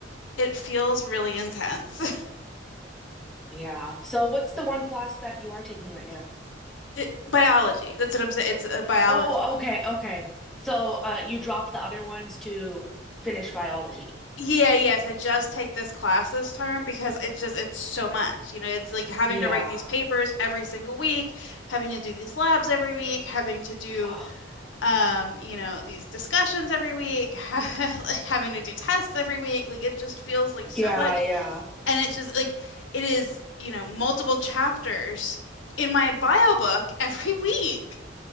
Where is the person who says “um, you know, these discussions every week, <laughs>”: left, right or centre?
Left